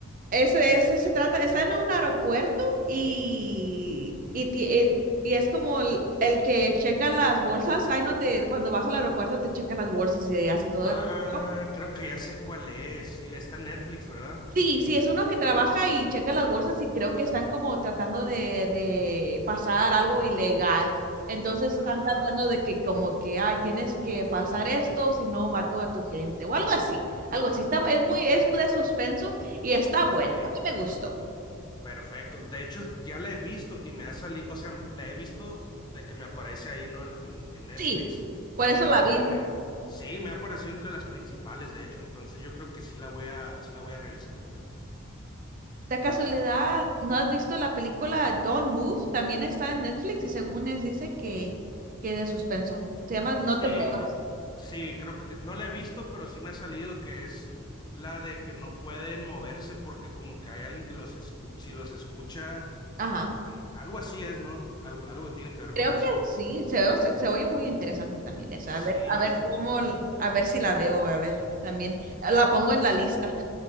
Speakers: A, on the right; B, on the left.
A: ese, ese se trata, está en un aeropuerto y, y, ti- eh, y es como el, el que checa las bolsas. Ahí no te, cuando vas al aeropuerto te checan las bolsas y hacen todo
B: Ah,
A: el chequeo.
B: creo que ya sé cuál es. Sí, está en Netflix, ¿verdad?
A: Sí, sí, es uno que trabaja y checa las bolsas y creo que están como tratando de, de pasar algo ilegal. Entonces están
B: Ajá,
A: tratando de que como que, ay, tienes que pasar esto, si no mató a tu gente o algo así, algo así. Está, es muy, es de suspenso y está buena.
B: sí.
A: A mí me gustó.
B: Perfecto. De hecho, ya la he visto y me ha salido, o sea, la he visto de que me aparece ahí, ¿no? En, en- en Netflix.
A: Sí, por eso
B: Y me
A: la
B: Bueno,
A: vi.
B: aparece, sí, me ha aparecido entre las principales, de hecho. Entonces yo creo que sí la voy a, sí la voy a revisar, fíjate.
A: De casualidad, ¿no has visto la película Don't Move? También está en Netflix y según es dice que, que de suspenso. Se llama No
B: Sí,
A: te muevas.
B: creo, sí, creo que no la he visto, pero sí me ha salido que es la de que no pueden moverse porque como que hay alguien que los escucha, si los escucha,
A: Ajá.
B: algo así es, ¿no? Algo, algo tiene que ver
A: Creo
B: con eso.
A: que sí, se, o- se, se oye muy interesante también esa.
B: Sí,
A: A ver, a ver
B: sí.
A: cómo, l- a ver si la veo, a ver también. La pongo en la lista.